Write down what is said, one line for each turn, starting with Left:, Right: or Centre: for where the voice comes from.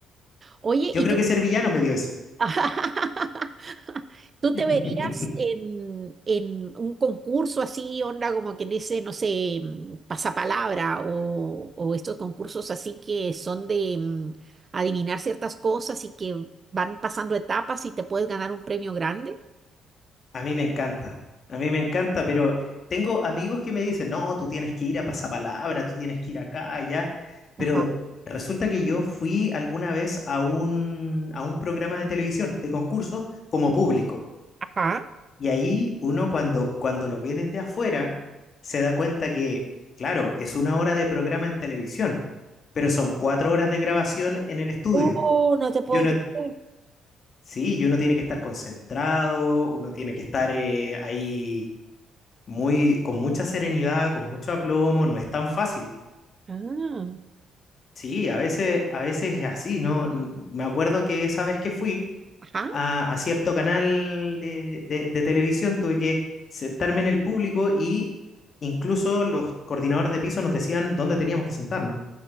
Right: oye,
Left: Yo
Right: ¿y
Left: creo
Right: tú,
Left: que ser villano me dio eso.
Right: <laughs> tú
Left: <laughs>
Right: te verías en, en un concurso así, onda como que dice, no sé, mm, pasapalabra o, o estos concursos así que son de mm, adivinar ciertas cosas y que van pasando etapas y te puedes ganar un premio grande?
Left: A mí me encanta. A mí me encanta, pero tengo amigos que me dicen, no, tú tienes que ir a Pasapalabra, tú tienes que ir acá, allá. Pero
Right: Ajá.
Left: resulta que yo fui alguna vez a un, a un programa de televisión, de concursos, como público.
Right: Ajá,
Left: Y ahí uno cuando, cuando lo ve desde afuera, se da cuenta que, claro, es una hora de programa en televisión, pero son cuatro horas de grabación en el estudio.
Right: Oh, no te puedo
Left: Y uno,
Right: creer.
Left: sí, y uno tiene que estar concentrado, uno tiene que estar eh, ahí muy, con mucha serenidad, con mucho aplomo, no es tan fácil.
Right: Ah,
Left: Sí, a veces, a veces es así, ¿no? N- Me acuerdo que esa vez que fui,
Right: ajá.
Left: a, a cierto canal de, de, de televisión, tuve que sentarme en el público y incluso los coordinadores de piso nos decían dónde teníamos que sentarnos.